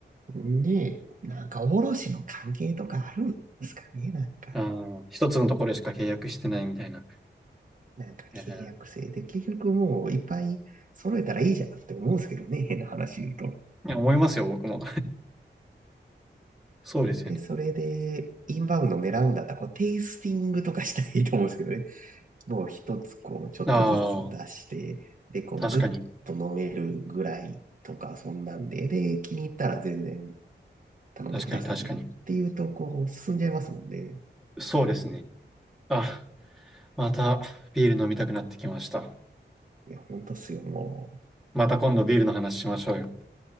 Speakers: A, on the right; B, in the centre.
A: ねえ、なんか卸の関係とかあるんですかね、なんか。
B: ああ、一つのところしか契約してないみたいな。
A: なんか契約制で、
B: えー
A: 結局もういっぱい揃えたらいいじゃんって思うんですけどね、変な話言うと。
B: いや、思いますよ、僕も。<laughs> そうですよね。
A: で、それで、インバウンド狙うんだったら、こう、テイスティングとかしたらいいと思うんですけどね。を一つこう、ちょっとずつ出して、
B: ああ、
A: で、こう、
B: 確かに。
A: ぐっと飲めるぐらいとか、そんなんで、で、気に入ったら全然頼んでくださいね。
B: 確かに、確かに。
A: っていうと、こう、進んじゃいますもんね。
B: そうですね。あ、またビール飲みたくなってきました。
A: いや、ほんとっすよ、もう。
B: また今度ビールの話しましょうよ。